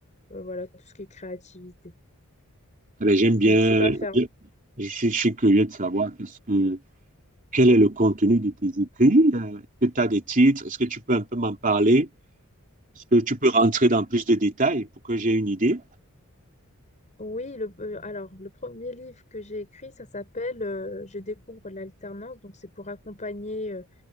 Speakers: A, on the left (about 35°); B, on the right (about 35°).
A: euh, voilà, tout ce qui est créativité.
B: Eh bien, j'aime bien,
A: Mais je suis pas fermée.
B: je, je suis je suis curieux de savoir qu'est-ce que, quel est le contenu de tes écrits. euh, Est-ce que tu as des titres? Est-ce que tu peux un peu m'en parler? Est-ce que tu peux rentrer dans plus de détails pour que j'ai une idée?
A: Oui, le, euh, alors le premier livre que j'ai écrit, ça s'appelle euh, Je découvre l'alternance. Donc c'est pour accompagner euh,